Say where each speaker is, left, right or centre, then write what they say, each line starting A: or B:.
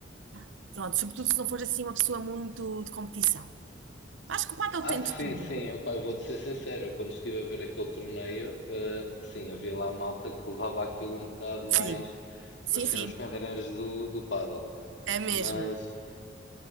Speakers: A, on the right; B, on the left.
A: Pá, Pronto, sobretudo se não for assim uma pessoa muito de competição. Acho que o paddle
B: Ah,
A: tem de
B: sim,
A: tudo.
B: sim,
A: um
B: opá, eu vou-te ser sincero, eu quando estive a ver aquele torneio, eh, sim, havia lá malta que levava aquilo um bocado mais,
A: Sim, sim,
B: pareciam
A: sim,
B: os pedreiros do, do pádel,
A: é mesmo.
B: mas,